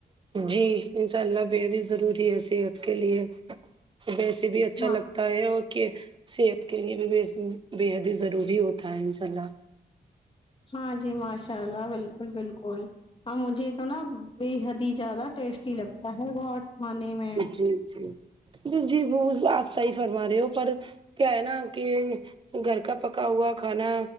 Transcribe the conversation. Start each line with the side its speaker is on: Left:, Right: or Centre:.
Right: جی انشاء اللہ بے حد ہی ضروری ہے صحت کے لیے ویسے بھی اچھا
Left: ہاں
Right: لگتا تا ہے اور صحت کے لیے بھی بے حد ہی ضروری ہوتا ہے انشاء اللہ
Left: ہاں جی ماشاء اللہ بالکل بالکل مجھے تو نا بے حد ہی زیادہ ٹیسٹی لگتا ہے وہ کھانے میں
Right: جی جی ج جی وہ آپ صحیح فرما رہے ہو پر کیا ہے نا کہ گھر کا پکا ہوا کھانا